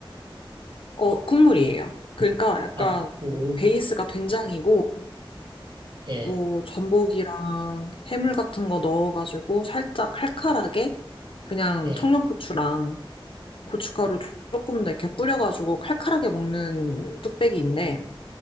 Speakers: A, on the left (about 70°); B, on the right (about 55°).
A: 어, 국물이에요. 그러니까 약간
B: 아, 국물?
A: 베이스가 된장이고,
B: 예,
A: 뭐 전복이랑 해물 같은 거 넣어가지고 살짝 칼칼하게 그냥
B: 예,
A: 청양고추랑 고춧가루 조금 더 이렇게 뿌려가지고 칼칼하게 먹는 뚝배기인데